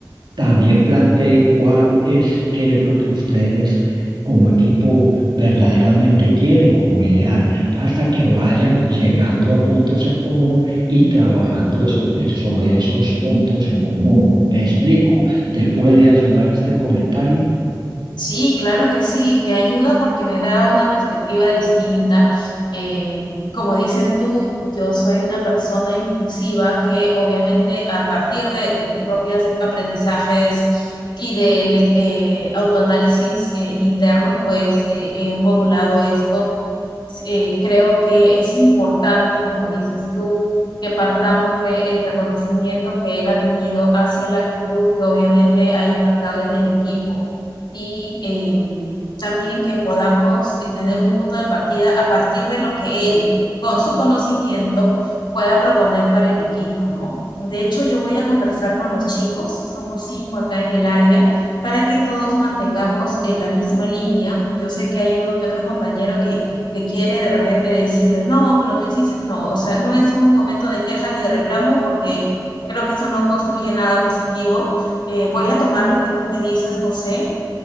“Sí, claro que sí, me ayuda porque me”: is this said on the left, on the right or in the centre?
Left